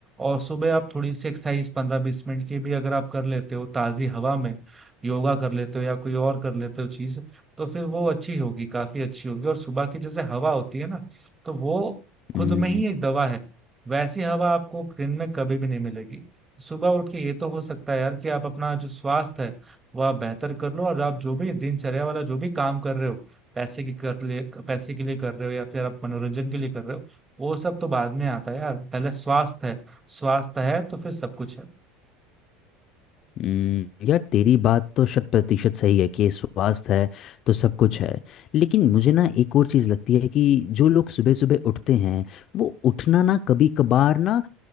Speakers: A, on the right; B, on the left.
A: और सुबह आप थोड़ी सी एक्सरसाइज पंद्रह बीस मिनट की भी अगर आप कर लेते हो ताजी हवा में योगा कर लेते हो या कोई और कर लेते हो चीज तो फिर वो अच्छी होगी काफी अच्छी होगी और सुबह की जैसे हवा होती है ना तो वो खुद
B: हम्म,
A: में ही एक दवा है वैसी हवा आपको दिन में कभी भी नहीं मिलेगी सुबह उठ के ये तो हो सकता है यार कि आप अपना जो स्वास्थ्य है वह आप बेहतर कर लो और आप जो भी दिनचर्या वाला जो भी काम कर रहे हो पैसे के कर लिए पैसे के लिए कर रहे हो या फिर आप मनोरंजन के लिए कर रहे हो वो सब तो बाद में आता है यार पहले स्वास्थ्य है स्वास्थ्य है तो फिर सब कुछ है
B: हम्म, यार तेरी बात तो शत प्रतिशत सही है कि स्वास्थ्य है तो सब कुछ है लेकिन मुझे ना एक और चीज़ लगती है कि जो लोग सुबह सुबह उठते हैं वो उठना ना कभी कभार ना